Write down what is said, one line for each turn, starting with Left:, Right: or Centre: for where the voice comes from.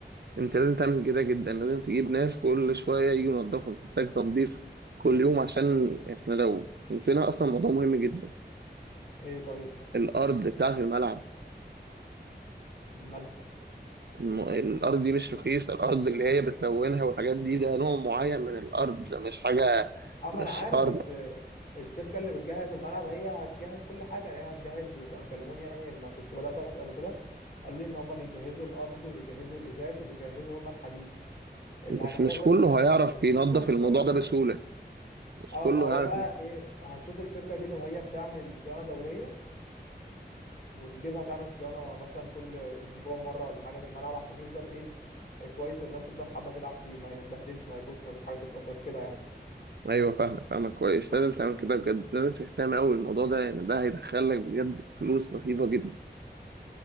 Right: انت لازم تعمل كده جدا لازم تجيب ناس كل شوية يجوا ينضفوا انت محتاج تنظيف كل يوم عشان احنا لو نسينا اصلا موضوع مهم جدا
Left: إيه طيب
Right: الارض بتاعة الملعب
Left: مالها
Right: الم- الارض دي مش رخيصة الارض اللي هي بتلونها والحاجات دي ده نوع معين من الارض ده مش حاجة
Left: أه ما
Right: مش
Left: أنا عارف
Right: ارض
Left: بس الشركة اللي بتجهز الملعب هي هتجهز كل حاجة يعني هي هتجهز كانوا كلموني يعني لما كنت بدأت أسأل وكده قالوا لي إن هما بيجهزوا الأرض وبيجهزوا الإزاز وبيجهزوا هما الحديد اللي
Right: بس
Left: هنحتاج
Right: مش
Left: بس
Right: كله
Left: إحنا
Right: هيعرف
Left: نشوفه
Right: ينظف
Left: الشبكة
Right: الموضوع ده بسهولة
Left: وكده
Right: مش
Left: أه
Right: كله
Left: ما هو
Right: هيعرف
Left: بقى إيه هنشوف الشركة دي لو هي بتعمل صيانة دورية ونجيبها تعمل صيانة مثلا كل أسبوع مرة ولا حاجة للملعب عشان يفضل إيه إيه كويس والناس تفضل حابة تلعب فيه ما يتبهدلش ما يبص ما فيش حاجة تتكسر كده يعني
Right: أيوه فاهمك فاهمك كويس لازم تعمل كده بجد لازم تهتم أوي بالموضوع ده لأن ده هيدخلك بجد فلوس رهيبة جدا